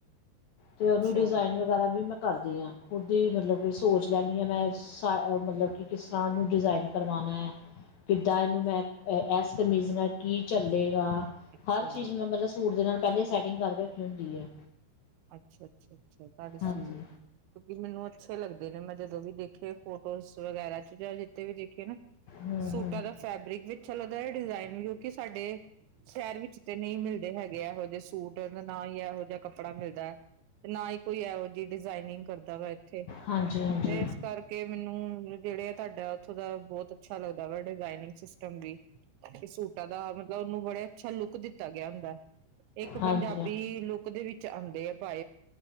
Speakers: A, on the left (about 70°); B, on the right (about 80°).
A: ਤੇ
B: ਅੱਛਾ
A: ਉਹਨੂੰ ਡਿਜ਼ਾਇਨ ਵਗੈਰਾ ਵੀ ਮੈਂ ਕਰਦੀ ਹਾਂ ਖੁਦ ਹੀ ਮਤਲਬ ਸੋਚ ਲੈਂਨੀ ਆਂ ਮੈਂ ਇਸ ਆਂ ਮਤਲਬ ਕਿ ਕਿਸ ਤਰ੍ਹਾਂ ਨੂੰ ਡਿਜ਼ਾਇਨ ਕਰਵਾਉਣਾ ਹੈ। ਕਿੱਦਾਂ ਇਹਨੂੰ ਮੈਂ ਐਸ ਕਮੀਜ਼ ਨਾਲ ਕੀ ਝੱਲੇ ਆ
B: ਅੱਛਾ
A: ਹਰ ਚੀਜ਼ ਮੈਂ ਮਤਲਬ ਸੂਟ ਦੇ ਨਾਲ ਪਹਿਲੇ ਸੈਟਿੰਗ ਕਰਕੇ ਰੱਖੀ ਹੁੰਦੀ ਏ।
B: ਅੱਛਾ, ਅੱਛਾ, ਅੱਛਾ ਤੁਹਾਡੇ ਸੂਟ
A: ਹਾਂਜੀ।
B: ਕਿਉਕਿ ਮੈਨੂੰ ਅੱਛੇ ਲੱਗਦੇ ਨੇ, ਮੈਂ ਜਦੋਂ ਵੀ ਦੇਖੇ ਫੋਟੋਜ਼ ਵਗੈਰਾ ਚ ਜਾਂ ਜਿੱਥੇ ਵੀ ਦੇਖੇ ਨਾ
A: ਹੂੰ
B: ਸੂਟਾਂ
A: ਹੂੰ
B: ਦਾ ਫੈਬਰਿਕ ਵੀ ਅੱਛਾ ਲੱਗਦਾ ਡਿਜ਼ਾਇਨ ਵੀ ਕਿਉਕਿ ਸਾਡੇ ਸ਼ਹਿਰ ਵਿੱਚ ਤੇ ਨਹੀਂ ਮਿਲਦੇ ਹੈਗੇ ਇਹੋ ਜਿਹੇ ਸੂਟ ਨਾ ਹੀ ਇਹੋ ਜਿਹਾ ਕੱਪੜੇ ਕੱਪੜਾ ਮਿਲਦੈ ਤੇ ਨਾ ਹੀ ਕੋਈ ਐੋ ਦੀ ਡਿਜ਼ਾਇਨਿੰਗ ਕਰਦਾ ਵਾ ਤੇ, ਤੇ
A: ਹਾਂਜੀ ਹਾਂਜੀ
B: ਇਸ ਕਰਕੇ ਮੈਨੂੰ ਜਿਹੜੇ ਆ ਤੁਹਾਡਾ ਉੱਥੋਂ ਦਾ ਬਹੁਹਤ ਅੱਛਾ ਲੱਗਦਾ ਵਾ ਡਿਜਾਇਨਿੰਗ ਸਿਸਟਮ ਵੀ ਤੇ ਸੂਟਾਂ ਦਾ ਮਤਲਬ ਓਨੂੰ ਬੜਾ ਅੱਛਾ ਲੁਕ ਦਿਤਾ ਗਿਆ ਹੁੰਦਾ। ਇੱਕ
A: ਹਾਂਜੀ
B: ਪੰਜਾਬੀ ਲੁੱਕ ਦੇ ਵਿੱਚ ਆਉਂਦੇ ਪੈ